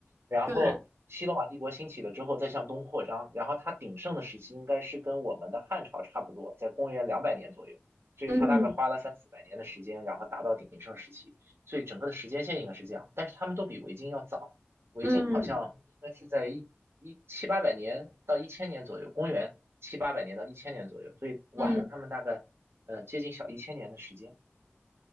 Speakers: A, on the right; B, on the right.
A: 然后西罗马帝国兴起了之后，
B: 对，
A: 再向东扩张，然后它鼎盛的时期应该是跟我们的汉朝差不多，在公元两百年左右，所以它大概花了三四百年的时间，
B: 嗯
A: 然后达到鼎盛时期，所以整个的时间线应该是这样，但是他们都比维京要早，维京好像应该是在一一七八百年到一千年左右，
B: 嗯嗯。
A: 公元七八百年到一千年左右，所以晚了他们大概呃接近小一千年的时间。
B: 嗯